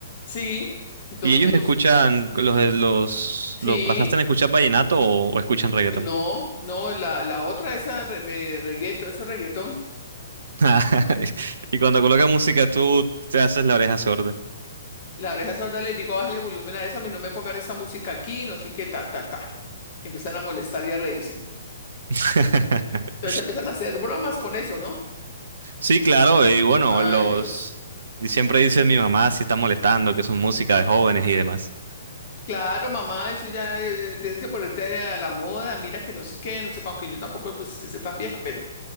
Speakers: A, on the left; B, on the right.
A: Sí, mis dos
B: y ellos
A: hijos,
B: escuchan, los, de- los,
A: sí,
B: los basaste en escuchar vallenato o, o escuchan reggaetón.
A: no, no, la, la otra, esa re- me- reggaetón, eso reggaetón.
B: <laughs> Y cuando colocan música, tú te haces la oreja sorda.
A: La oreja sorda les digo, bájale volumen a eso, a mí no me pongan esa música aquí, no sé qué, ta, ta, ta. Y empiezan a molestar y a reírse.
B: <laughs>
A: Entonces empiezan a hacer bromas con eso, ¿no?
B: Sí, claro, y bueno,
A: Ay,
B: los...
A: Dios.
B: Y siempre dice mi mamá si está molestando, que son música de jóvenes y demás.
A: Claro, mamá, eso ya eh, tienes que ponerte a la moda, mira que no sé qué, no sé, cu- aunque yo tampoco, pues es que sea tan vieja, pero,